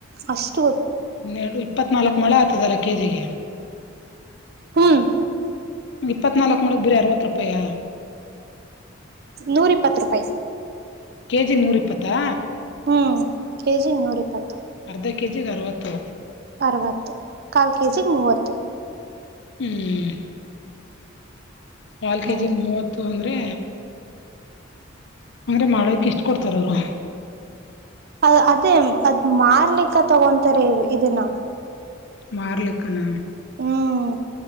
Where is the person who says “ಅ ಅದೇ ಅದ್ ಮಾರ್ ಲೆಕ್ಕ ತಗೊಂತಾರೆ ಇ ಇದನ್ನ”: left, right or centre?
Right